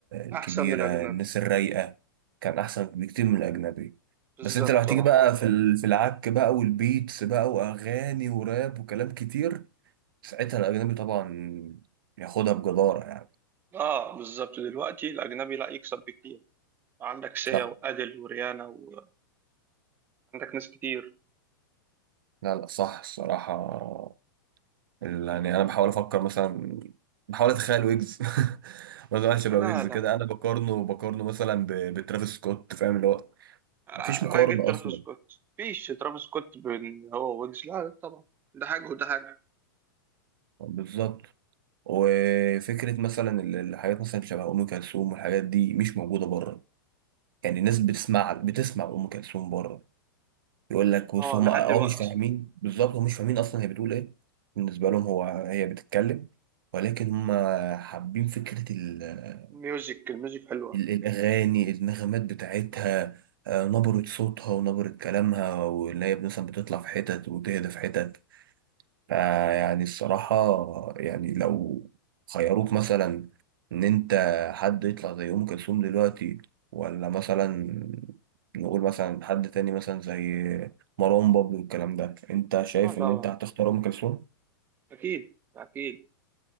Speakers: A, on the right (about 15°); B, on the right (about 70°).
A: احسن
B: الكبيرة
A: من اجنبي
B: الناس الرايقة كان أحسن بكتير من الأجنبي
A: بالظبط
B: بس أنت لو هتيجي
A: اه
B: بقى في ال- في العك بقى والبيتس بقى وأغاني وراب وكلام كتير ساعتها الأجنبي طبعا ياخدها بجدارة يعني
A: اه بالظبط دلوقتي الاجنبي لا يكسب بكتير عندك سيا
B: صح
A: وادل وريانا وعندك ناس كتير
B: لا لا صح الصراحة ال- يعني أنا بحاول أفكر مثلا بحاول أتخيل ويجز <laughs> مثلا شبه
A: لا
B: ويجز
A: لا
B: كده أنا بقارنه بقارنه مثلا ب- بترافيس سكوت فاهم اللي هو
A: آه،
B: مفيش مقارنة
A: راح جبت ترافيس
B: أصلا
A: سكوت فيش ترافيس سكوت بين هو ويجز لا لا، طبعا ده حاجه وده حاجه
B: بالظبط وفكره مثلا ال- الحاجات مثلا شبه ام كلثوم والحاجات دي مش موجوده بره يعني الناس بتسمع بتسمع ام كلثوم بره يقول لك بص
A: اه
B: هم
A: لحد
B: اه
A: دلوقتي
B: مش فاهمين بالظبط هم مش فاهمين اصلا هي بتقول ايه بالنسبه لهم هو هي بتتكلم ولكن هم حابين فكره ال
A: الميوزك الميوزك حلوه
B: ال- الأغاني النغمات بتاعتها آه، نبرة صوتها ونبرة كلامها واللي هي مثلا بتطلع في حتت وتهدى في حتت فيعني الصراحة يعني لو خيروك مثلا إن أنت حد يطلع زي أم كلثوم دلوقتي ولا مثلا نقول مثلا حد تاني مثلا زي مروان بابلو والكلام ده أنت شايف
A: اه طبعا
B: إن أنت هتختار أم كلثوم؟
A: اكيد اكيد